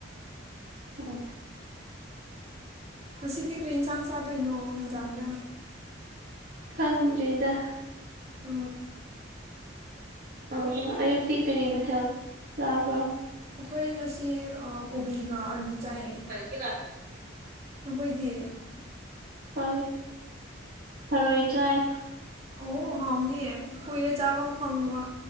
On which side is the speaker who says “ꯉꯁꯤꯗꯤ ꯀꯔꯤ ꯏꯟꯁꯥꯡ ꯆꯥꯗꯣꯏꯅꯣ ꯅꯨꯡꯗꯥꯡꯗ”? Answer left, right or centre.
Right